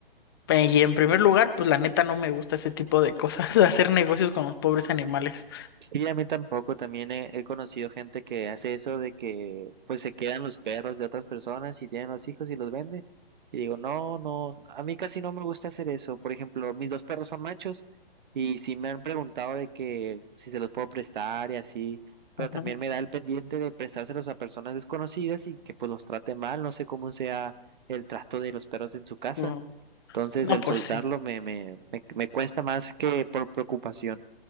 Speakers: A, on the left; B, on the right.
A: Pe- Y en primer lugar, pues la neta no me gusta ese tipo de cosas, <laughs> hacer negocios con los pobres animales.
B: Sí, a mí tampoco. También he, he conocido gente que hace eso de que pues se quedan los perros de otras personas y tienen los hijos y los vende. Y digo, no, no, a mí casi no me gusta hacer eso. Por ejemplo, mis dos perros son machos y sí me han preguntado de que si se los puedo prestar y así, pero
A: Ajá.
B: también me da el pendiente de prestárselos a personas desconocidas y que pues los trate mal. No sé cómo sea el trato de los perros en su casa.
A: No,
B: Entonces
A: no,
B: el
A: pues
B: soltarlo
A: sí.
B: me, me, me, me cuesta más que por preocupación.